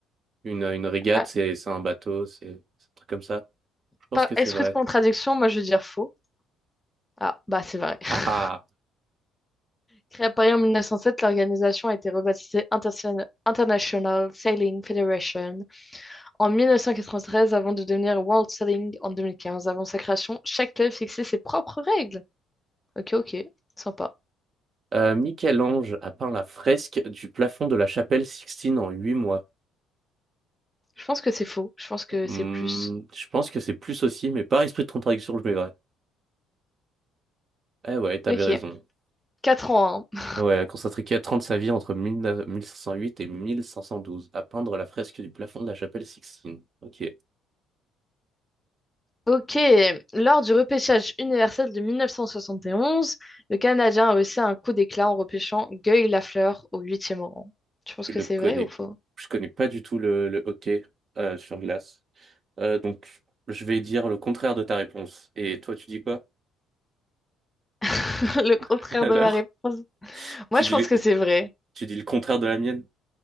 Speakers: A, on the right (about 45°); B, on the left (about 15°).
A: Une, une régate,
B: Ah,
A: c'est, c'est un bateau, c'est c'est un truc comme ça. Je pense
B: par
A: que
B: esprit
A: c'est vrai.
B: de contradiction, moi, je veux dire faux. Ah, bah, c'est vrai. <laughs>
A: Haha.
B: Créée à Paris en 1907, l'organisation a été rebaptisée Interse- International Sailing Federation En 1993, avant de devenir World Selling en 2015, avant sa création, chaque club fixait ses propres règles. Ok, ok, sympa.
A: Euh, Michel-Ange a peint la fresque du plafond de la chapelle Sixtine en huit mois.
B: Je pense que c'est faux, je pense que
A: Hmm,
B: c'est plus.
A: je pense que c'est plus aussi, mais par esprit de contradiction, je mets vrai. Eh ouais, t'avais
B: Ok,
A: raison.
B: 4 ans. hein.
A: Ouais, Constantin trente sa vie entre 19- 1508 et 1512 à peindre la fresque du plafond de la chapelle Sixtine. Ok,
B: Ok, lors du repêchage universel de 1971, le Canadien a aussi un coup d'éclat en repêchant Guy Lafleur au huitième rang. Tu penses
A: je
B: que
A: le
B: c'est
A: connais,
B: vrai ou faux?
A: je connais pas du tout le, le hockey euh, sur glace. Euh, donc, je vais dire le contraire de ta réponse. Et toi, tu dis quoi?
B: <laughs> Le contraire
A: <laughs> Alors,
B: de ma réponse. Moi,
A: tu
B: je
A: dis,
B: pense
A: le-
B: que c'est vrai.
A: tu dis le contraire de la mienne?